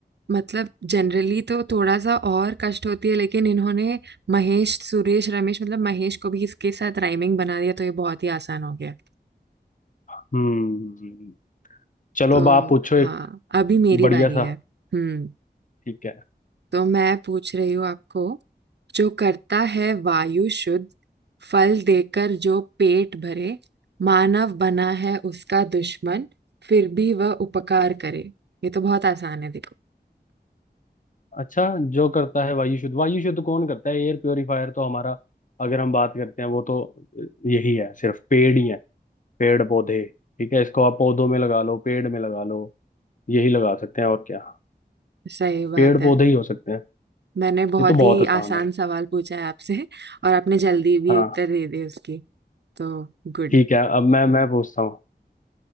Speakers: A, on the right; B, on the left.
A: मतलब जनरली तो थोड़ा सा और कष्ट होती है लेकिन इन्होंने महेश सुरेश रमेश मतलब महेश को भी इसके साथ राइमिंग बना दिया तो ये बहुत ही आसान हो गया
B: हम्म चलो
A: तो
B: अब आप पूछो एक
A: हाँ अभी मेरी
B: बढ़िया
A: बारी
B: सा
A: है हम्म
B: ठीक है
A: तो मैं पूछ रही हूँ आपको जो करता है वायु शुद्ध फल देकर जो पेट भरे मानव बना है उसका दुश्मन फिर भी वह उपकार करे ये तो बहुत आसान है देखो
B: अच्छा जो करता है वायु शुद्ध वायु शुद्ध कौन करता है एयर प्योरीफायर तो हमारा अगर हम बात करते हैं वो तो यही है सिर्फ पेड़ ही है पेड़ पौधे ठीक है इसको आप पौधों में लगा लो पेड़ में लगा लो यही लगा सकते हैं और क्या
A: सही बात
B: पेड़
A: है
B: पौधे ही हो सकते हैं
A: मैंने बहुत
B: ये तो बहुत
A: ही
B: आसान
A: आसान
B: है
A: सवाल पूछा है आपसे और आपने जल्दी भी
B: हाँ
A: उत्तर दे दिए उसकी तो गुड
B: ठीक है अब मैं मैं पूछता हूँ